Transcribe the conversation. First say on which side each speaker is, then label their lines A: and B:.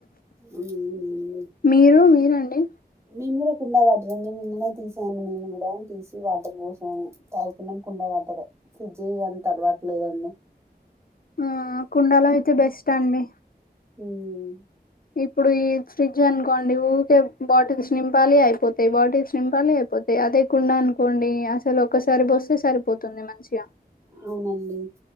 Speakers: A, on the right; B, on the left.
A: ఉహు
B: మీరు మీరు అండి
A: మేము కూడా కుండా వాటర్ అండి నిన్ననే తీసాం నేను కూడా తీసి వాటర్ పోసాను తాగుతున్నాం కుండ వాటరే ఫ్రిడ్జి ఇ అంతలవాట్లేదండి
B: ఆ కుండాల అయితే బెస్ట్ అండి
A: ఉం
B: ఇప్పుడు ఈ ఫ్రిడ్జ్ అనుకోండి ఊరికే బాటిల్స్ నింపాలి అయిపోతాయి బాటిల్స్ నింపాలి అయిపోతాయి అదే కుండ అనుకోండి అసలు ఒక్కసారి పోస్తే సరిపోతుంది మంచిగా
A: అవునండి